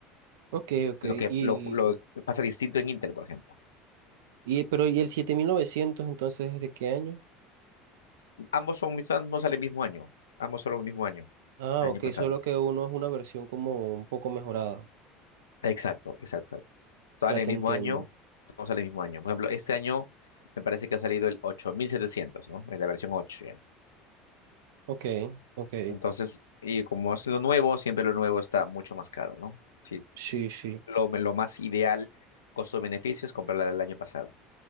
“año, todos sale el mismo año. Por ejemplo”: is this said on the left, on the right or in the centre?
Left